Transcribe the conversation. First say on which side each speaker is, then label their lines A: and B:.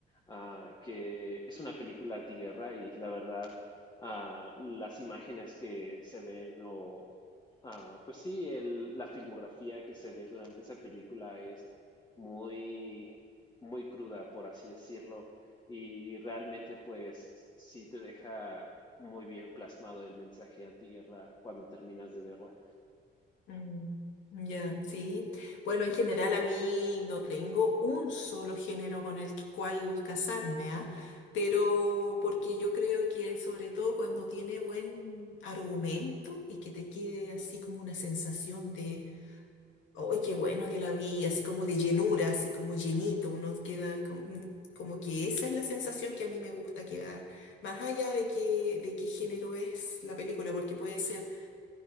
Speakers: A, on the left (about 20°); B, on the left (about 80°).
A: ah, que es una película antiguerra y la verdad ah, las imágenes que se ven o ah, pues sí, el- la filmografía que se ve durante esa película es muy, muy cruda, por así decirlo, y realmente pues sí te deja muy bien plasmado el mensaje antiguerra cuando terminas de verla.
B: Mm, Ya, sí. Bueno, en general a mí no tengo un solo género con el que- cual casarme, ¿ah? Pero porque yo creo que sobre todo cuando tiene buen argumento y que te quede así como una sensación de, ¡ay, qué bueno que la vi! Así como de llenura, así como llenito, uno queda com- mm, como, que esa es la sensación que a mí me gusta quedar, más allá de que, de qué género es la película, porque puede ser